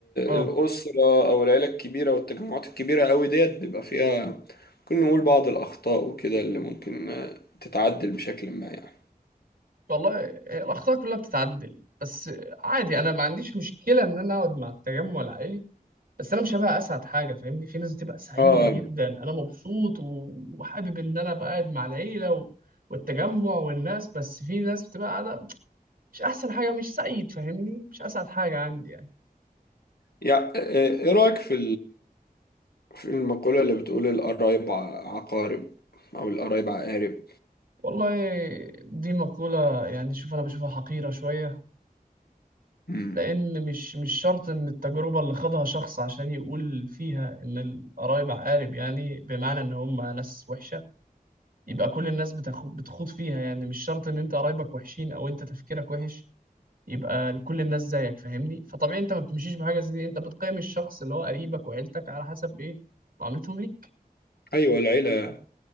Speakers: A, on the right; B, on the left.
A: أه
B: الأسرة او العيلة الكبيرة والتجمعات الكبيرة قوي ديت بيبقى فيها ممكن نقول بعض الأخطاء وكده اللي ممكن آه، تتعدل بشكل ما يعني
A: والله هي الأخطاء كلها بتتعدل بس عادي أنا ما عنديش مشكلة إن أنا أقعد مع التجمع العائلي بس أنا مش هبقى أسعد حاجة فاهمني في ناس بتبقى سعيدة
B: اه
A: جدا أنا مبسوط و- وحابب إن أنا أبقى قاعد مع العيلة و... والتجمع والناس بس في ناس بتبقى قاعدة مش احسن حاجه مش سعيد فاهمني مش اسعد حاجه عندي يعني
B: يا ايه رأيك في في المقولة اللي بتقول القرايب ع- عقارب أو القرايب عقارب
A: والله دي مقوله يعني شوف انا بشوفها حقيره شويه
B: مم.
A: لان مش مش شرط ان التجربه اللي خاضها شخص عشان يقول فيها ان القرايب عقارب يعني بمعنى ان هم ناس وحشه يبقى كل الناس بتاخد بتخوض فيها يعني مش شرط ان انت قرايبك وحشين او انت تفكيرك وحش يبقى كل الناس زيك فاهمني فطبيعي انت ما بتمشيش بحاجه زي دي انت بتقيم الشخص اللي هو قريبك وعيلتك على حسب ايه معاملتهم ليك
B: أيوة العيلة